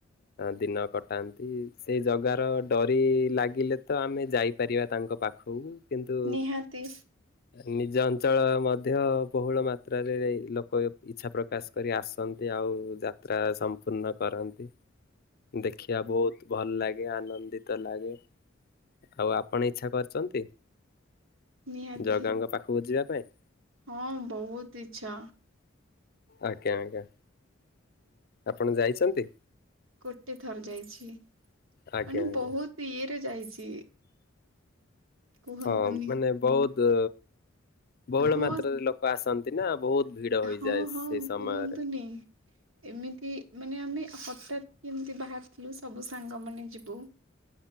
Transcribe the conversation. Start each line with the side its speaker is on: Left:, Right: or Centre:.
Left: ଦିନ କଟାନ୍ତି ସେଇ ଜଗାର ଡରି ଲାଗିଲେ ତ ଆମେ ଯାଇପାରିବା ତାଙ୍କ ପାଖକୁ କିନ୍ତୁ
Right: ନିହାତି।
Left: ନିଜ ଅଞ୍ଚଳ ମଧ୍ୟ ବହୁଳ ମାତ୍ରାରେ ଲୋକ ଇଚ୍ଛା ପ୍ରକାଶ କରି ଆସନ୍ତି ଆଉ ଯାତ୍ରା ସମ୍ପୂର୍ଣ୍ଣ କରନ୍ତି, ଦେଖିବା ବହୁତ ଭଲ ଲାଗେ ଆନନ୍ଦିତ ଲାଗେ ଆଉ ଆପଣ ଇଚ୍ଛା କରିଛନ୍ତି?
Right: ନିହାତି
Left: ଜଗା ଙ୍କ ପାଖକୁ ଯିବା ପାଇଁ?
Right: ହଁ ବହୁତ ଇଚ୍ଛା।
Left: ଆଜ୍ଞା, ଆଜ୍ଞା, ଆପଣ ଯାଇଛନ୍ତି?
Right: ଗୋଟେ ଥର ଯାଇଛି,
Left: ଆଜ୍ଞା
Right: ମାନେ
Left: ଆଜ୍ଞା
Right: ବହୁତ ଇଏରେ ଯାଇଛି। କୁହନ୍ତୁନି
Left: ହଁ, ମାନେ ବହୁତ ବହୁଳ
Right: ହଁ
Left: ମାତ୍ରାରେ ଲୋକ ଆସନ୍ତି ନା, ବହୁତ ଭିଡ ହୋଇଯାଏ
Right: ହଁ, ହଁ,
Left: ସେଇ ସମୟରେ
Right: କୁହନ୍ତୁନି ଏମିତି ମାନେ ଆମେ ହଠାତ୍ କେମିତି ବାହାରିଥିଲୁ, ସବୁ ସାଙ୍ଗ ମାନେ ଯିବୁ।